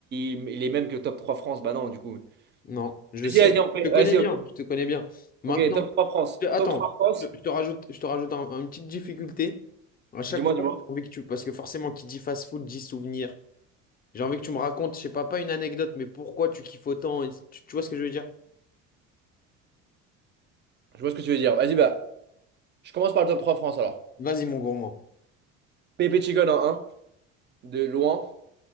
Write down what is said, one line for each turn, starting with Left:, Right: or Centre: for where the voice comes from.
Right: il, il est même que le top 3 France. Bah non, du coup.
Left: Non, je
Right: Vas-y,
Left: sais,
Right: vas-y, on fait...
Left: je te
Right: Vas-y,
Left: connais bien,
Right: ok,
Left: je te connais bien. Maintenant,
Right: Ok, top 3 France.
Left: je- attends,
Right: Top 3 France,
Left: je je te rajoute, je te rajoute un- une petite difficulté. À chaque
Right: dis-moi,
Left: fois,
Right: dis-moi.
Left: j'ai envie que tu, parce que forcément, qui dit fast-food dit souvenir. J'ai envie que tu me racontes, je sais pas, pas une anecdote, mais pourquoi tu kiffes autant. et Tu, tu vois ce que je veux dire?
Right: Je vois ce que tu veux dire. Vas-y, bah, je commence par le top 3 France alors.
Left: Vas-y, mon gourmand.
Right: Pepe Chicken en un, de loin.